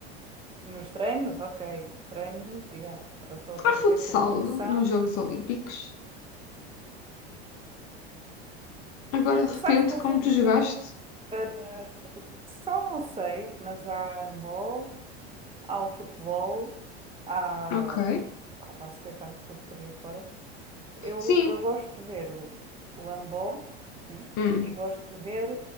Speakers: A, on the right; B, on the left.
A: nos treinos, ok. Nos treinos, yeah. A pessoa tem
B: Há futsal
A: que ter sempre noção.
B: nos Jogos Olímpicos? Agora de
A: Eh,
B: repente,
A: sabes que o
B: como
A: futebol,
B: tu jogaste?
A: o fut, eh, o futsal não sei, mas há handball, há o futebol, há,
B: Ok.
A: há o basquete, há tudo por aí fora. Eu,
B: Sim.
A: eu gosto de ver o, o handball, sim,
B: Hum.
A: e gosto de ver